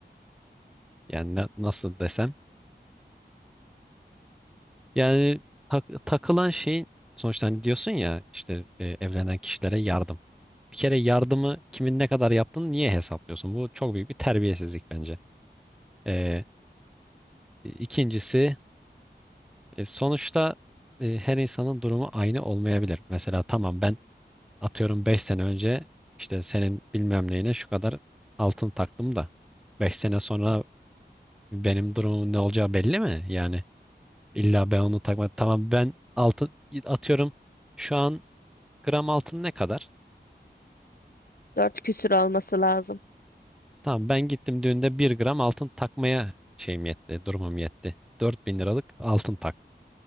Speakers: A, in the centre; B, on the left.
A: yani na- nasıl desem yani tak- takılan şeyin sonuçta hani diyorsun ya işte e, evlenen kişilere yardım. Bir kere yardımı kimin ne kadar yaptığını niye hesaplıyorsun? Bu çok büyük bir terbiyesizlik bence. E, ikincisi e, sonuçta e, her insanın durumu aynı olmayabilir. Mesela tamam ben Atıyorum 5 sene önce işte senin bilmem neyine şu kadar altın taktım da 5 sene sonra benim durumumun ne olacağı belli mi? Yani illa ben onu takmadım. Tamam ben altın atıyorum şu an gram altın ne kadar?
B: Dört küsür olması lazım.
A: Tamam ben gittim düğünde bir gram altın takmaya şeyim yetti, durumum yetti. 4000 liralık altın tak.